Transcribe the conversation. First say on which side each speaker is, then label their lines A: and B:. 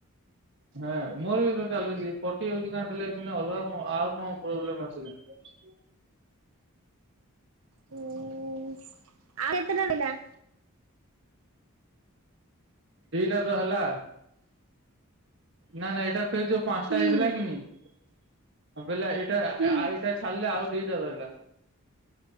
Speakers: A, on the right; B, on the right.
A: ହେଁ ମୋର ବି ତ ଚାଲୁଛି ଏପଟ ସିଏ ହଉଛି <unintelligible> ଥିଲେ ସିନା ଅଲଗା କଣ ଆଉ କଣ ପ୍ରୋବ୍ଲେମ ଅଛି କି?
B: ହୁଁ ଆଉ କେତେଟା ରହିଲା?
A: ଦିଟା ତ ହେଲା। ନା ନା ଏଇଟା ଫେର ଯୋଉ ପାଞ୍ଚଟା
B: ହୁଁ
A: ହେଇଥିଲା କି ନି ବେଲା ଏ ଟା
B: ହୁଁ
A: ଆଉ ଏଇଟା ଛାଡିଲେ ଆଉ ଦିଟା ରହିଲା।